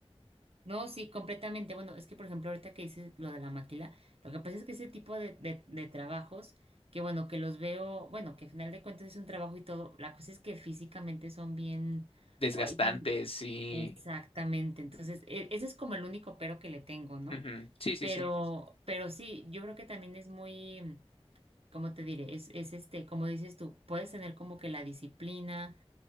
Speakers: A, on the right (about 65°); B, on the left (about 60°).
A: no, sí, completamente. Bueno, es que por ejemplo, ahorita que dices lo de la maquila, lo que pasa es que ese tipo de, de, de trabajos, que bueno, que los veo, bueno, que al final de cuentas es un trabajo y todo, la cosa es que físicamente son bien,
B: Desgastante,
A: ay, son
B: sí.
A: exactamente. Entonces, e- ese es como el único pero que le tengo, ¿no?
B: Ujú, Sí, sí,
A: Pero,
B: sí.
A: pero sí, yo creo que también es muy, ¿cómo te diré? Es, es este, como dices tú, puedes tener como que la disciplina